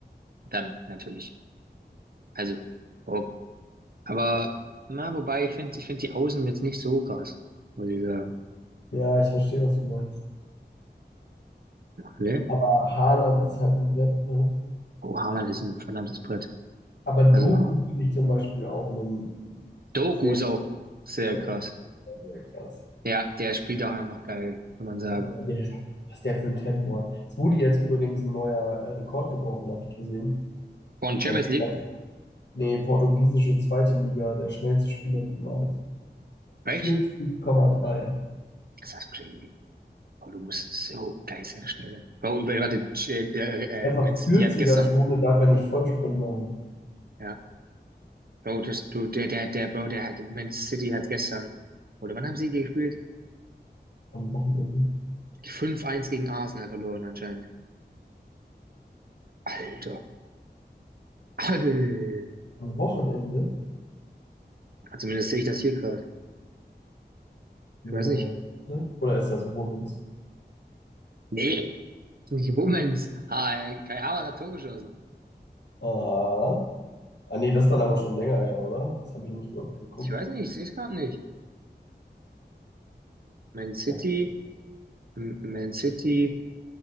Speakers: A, on the right (about 60°); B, on the left (about 75°).
A: dann natürlich. Also, warum? Aber, na, wobei, ich finde, ich finde die Außen jetzt nicht so krass, muss ich sagen.
B: ja, ich verstehe, was du meinst.
A: Ne?
B: Aber Haaland ist halt ein Brett, ne?
A: Oh, Haaland ist ein verdammtes Brett.
B: Aber Doku
A: Also,
B: finde ich zum Beispiel auch einen
A: Doku
B: sehr
A: ist auch sehr
B: Der,
A: krass.
B: also krass.
A: Ja, der spielt auch einfach geil, kann man sagen.
B: Ja, Der, was der für ein Tempo hat. Es wurde jetzt übrigens ein neuer äh, Rekord gebrochen, habe ich gesehen.
A: Von
B: Ich glaube,
A: Champions League?
B: Port nee, portugiesische zweite Liga, der schnellste Spieler im Aus.
A: Echt?
B: 40,3.
A: Ist Das crazy. Aber du musst es so geil herstellen. Bro, w- warte, Ch- äh,
B: Einfach
A: äh, Man City
B: 40er-Zone
A: hat gestern,
B: darf er nicht Vollsprint machen.
A: ja, Bro, das, du, der, der, der, Bro, der hat, Man City hat gestern, oder wann haben sie gespielt?
B: Am Wochenende.
A: Fünf eins gegen Arsenal verloren anscheinend. Alter, Alter.
B: Am Wochenende?
A: Zumindest sehe ich das hier gerade.
B: Na,
A: Ich weiß nicht.
B: warte. oder ist das Womens?
A: Nee, nicht Womens. Ha, äh, Kai Havertz hat Tor geschossen.
B: Aha. Ah, nee, das ist dann aber schon länger, ja, oder? Das habe ich nicht geguckt.
A: Ich weiß nicht, ich sehe es gerade nicht. Man City,
B: Ja.
A: M- Man City